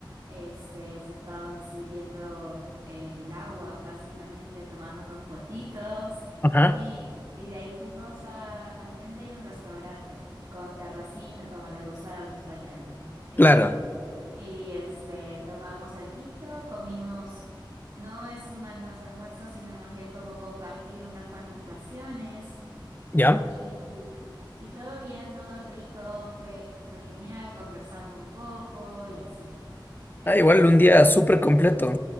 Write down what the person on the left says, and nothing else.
Ajá.
Claro,
¿ya?
Ah, igual un día súper completo.